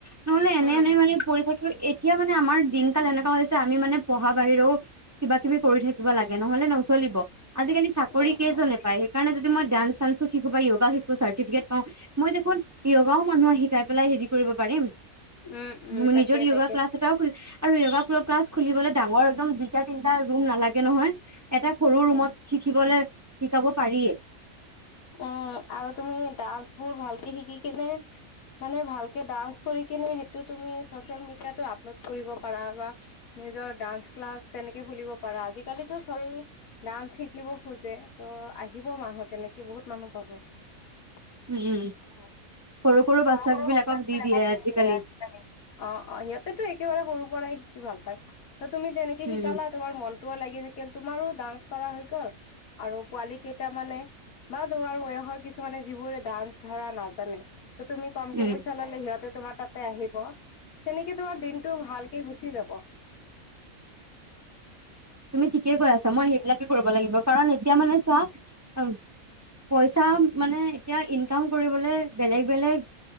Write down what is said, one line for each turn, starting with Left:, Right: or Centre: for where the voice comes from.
Right: নহলে এনে
Left: উম,
Right: এনেই মানে পৰি থাকি এতিয়া মানে আমাৰ দিনকাল এনেকুৱা হৈছে আমি মানে পঢ়া বাহিৰেও কিবা কিবি কৰি থাকিব লাগে নহলে নচলিব আজিকালি- চাকৰি
Left: উম,
Right: কেইজন
Left: উম,
Right: নাপায়। সেইকাৰণে যদি মই ডাণ্স চাণ্স শিকো বা যোগা শিকো চাৰফিকেট পাওঁ। মই দেখোন য়গাও মানুহক শিকাই পেলাই হেৰি কৰিব পাৰিম।
Left: উম, উম,
Right: মোৰ
Left: তাকে
Right: নিজৰ য়োগা,
Left: তাকে
Right: ক্লছ এটাও খলি আৰু য়োগা, ক্লাছ খুলিবলৈ ডাঙৰ একদম দুইটা তিনিটা ৰুম নালাগে নহয়। এটা সৰু
Left: অ'।
Right: ৰুমত শিকিবলে শিকাব পাৰিয়ে।
Left: উম আৰু তুমি ডান্স বোৰ ভালকে শিকি কেনে। মানে ভালকে ডান্স, কৰি কিনে সেইটো তুমি চচিয়েল মিডিয়টো আপলোড কৰিব পাৰা বা। নিজৰ ডান্স ক্লাছ তেনেকে খুলিব পাৰা আজিকালিটো চবেই। ডান্স শিকিব খোজে, ত' আহিব মানুহ তেনেকে বহুত মানুহ পাব। <unintelligible>
Right: উম উম সৰু সৰু বাচ্ছাক বিলাকক
Left: আছিল
Right: দি দিয়ে
Left: মান
Right: আজিকালি
Left: অ অ, সিহঁতেতো একেবাৰে সৰু পৰাই শিকি ভাল পায়, ত তুমি তেনেকে
Right: উম
Left: শিকালা তোমাৰ মনটোও লাগি থাকিল, তোমাৰো ডান্স কৰা হৈ গ'ল আৰু পোৱালি কেইটা মানে বা তোমাৰ বয়সৰ কিছুমানে যিবোৰে ডান্স ধৰা নাজানে, ত তুমি কমকে
Right: উম
Left: পইচা ললে সিহঁতে তোমাৰ তাতে আহিব তেনেকে তোমাৰ দিনটো ভালকে গুচি যাব।
Right: তুমি ঠিকে কৈ আছা, মই সেইবিলাকে কৰিব লাগিব কাৰণ এতিয়া মানে চোৱা আম পইচা মানে এতিয়া ইনকাম কৰিবলে বেলেগ - বেলেগ